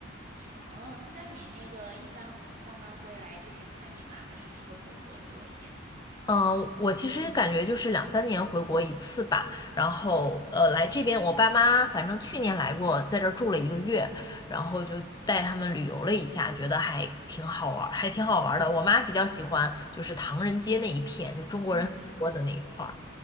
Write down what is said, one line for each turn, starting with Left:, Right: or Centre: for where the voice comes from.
Right: 哦，那你那个一般你爸妈会来这边看你吗？还是你会回国多一点？
Left: 嗯，我其实感觉就是两三年回国一次吧，然后呃来这边，我爸妈反正去年来过，在这儿住了一个月，然后就带他们旅游了一下，觉得还挺好玩儿，还挺好玩儿的。我妈比较喜欢就是唐人街那一片，就中国人很多的那一块儿。
Right: 嗯，